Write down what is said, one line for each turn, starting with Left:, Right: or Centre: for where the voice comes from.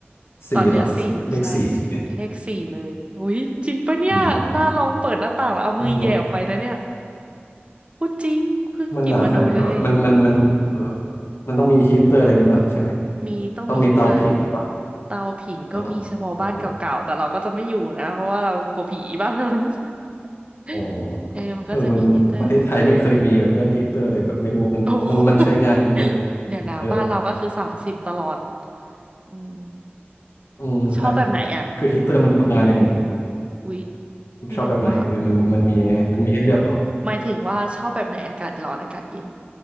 Left: สี่เหรอเลขสี่ใช่ไหม
Right: ตอนเนี้ยสี่ใช่สี่เลขสี่เลยอุ้ยจริงปะเนี่ยน่าลองเปิดหน้าต่างแล้วเอามือแหย่ออกไปนะเนี่ย
Left: อืมเลขหมอก
Right: พูดจริงเพิ่งหยิบมาดูเลย
Left: มันหนาวขนาดนี้ก็แบบมันมันมันเออมันต้องมีฮีเตอร์อะไรอย่างงี้ปะใช่ไหม
Right: มีต้องมีฮีเตอร์
Left: ต้องมีเตาผิงอะไรปะ
Right: เตาผิงก็มีเฉพาะบ้านเก่าๆแต่เราก็จะไม่อยู่นะเพราะว่าเรากลัวผีบ้านเรานะ
Left: อ๋อเออ
Right: <laughs>
Left: อ๋อ
Right: เออมันก็จะมีฮีเตอร์
Left: เออมันประเทศไทยไม่เคยมีแบบเรื่องฮีเตอร์อะไรแบบไม่รู้ว่ามันมันมันใช้งานยังไง
Right: โอ้โห <laughs> เดี๋ยวนะบ้านเราก็คือสามสิบตลอด
Left: ฮีเตอร์
Right: อืม
Left: อืมใช่
Right: ชอบแบบไหนอ่ะ
Left: คือฮีตเตอร์มันทำงานยังไง
Right: อุ๊ยไม่รู้ว่า
Left: ชอบแบบไหนคือมันมันมียังไงมันมีให้เลือกเหรอ
Right: หมายถึงว่าชอบแบบไหนอากาศร้อนอากาศเย็น